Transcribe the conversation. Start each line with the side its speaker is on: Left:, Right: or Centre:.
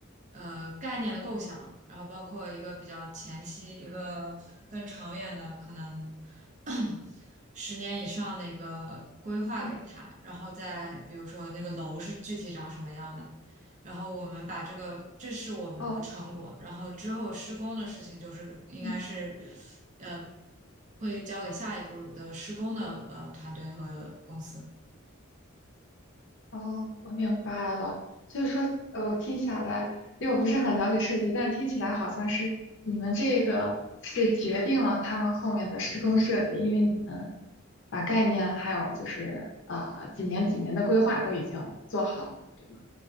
Right: 呃概念的构想，然后包括一个比较前期，一个更长远的可能 <clears throat> 十年以上的一个规划给他，
Left: 嗯
Right: 然后再比如说那个楼是具体长什么样的，然后我们把这个这是我们的成果，
Left: 哦
Right: 然后之后施工的事情就是应该是
Left: 嗯
Right: 呃会交给下一步的施工的呃团队和公司。
Left: 哦，我明白了。所以说，呃，我听起来，因为我不是很了解设计，但听起来好像是你们这个是决定了他们后面的施工设计，因为你们把概念还有就是呃几年几年的规划都已经做好了，对吗？